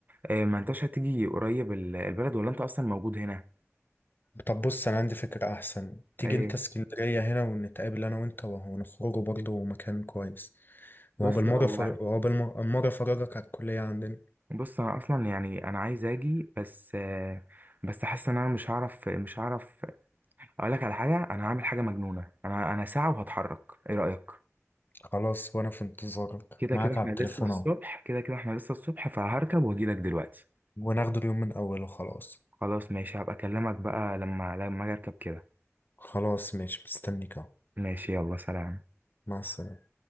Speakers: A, on the right; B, on the left.
A: آه، ما انتش هتيجي قريب ال- البلد ولا انت اصلا موجود هنا
B: طب بص أنا عندي فكرة أحسن تيجي
A: ايه
B: أنت اسكندرية هنا ونتقابل أنا وأنت وهو نخرجوا برضه مكان كويس وهو
A: بص
B: بالمرة
A: هو
B: فر... وهو بالمرة المرة أفرجك على الكلية عندنا
A: بص انا اصلا يعني انا عايز اجي بس آه، بس حاسس ان انا مش هعرف مش هعرف اقول لك على حاجه انا هعمل حاجه مجنونه انا انا ساعه وهتحرك ايه رايك
B: خلاص وأنا في انتظارك
A: كده
B: معاك
A: كده احنا
B: على التليفون
A: لسه الصبح
B: أهو
A: كده كده احنا لسه الصبح فهركب واجي لك دلوقتي
B: وناخده اليوم من أوله خلاص
A: خلاص ماشي هبقى اكلمك بقى لما لما اجي اركب كده
B: خلاص ماشي مستنيك اهو
A: ماشي يلا سلام
B: مع السلامة